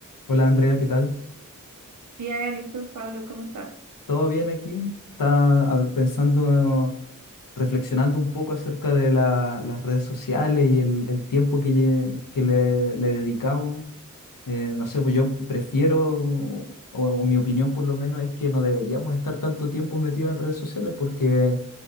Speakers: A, on the left (about 80°); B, on the right (about 60°).
A: Hola Andrea, ¿qué tal?
B: Bien, ¿y tú, Pablo, cómo estás?
A: ¿Todo bien aquí? Estaba a pensando, reflexionando un poco acerca de la- las redes sociales y el, el tiempo que, lle- que le, le dedicamos. Eh, no sé, pues yo prefiero, o, o mi opinión por lo menos es que no deberíamos estar tanto tiempo metidos en redes sociales porque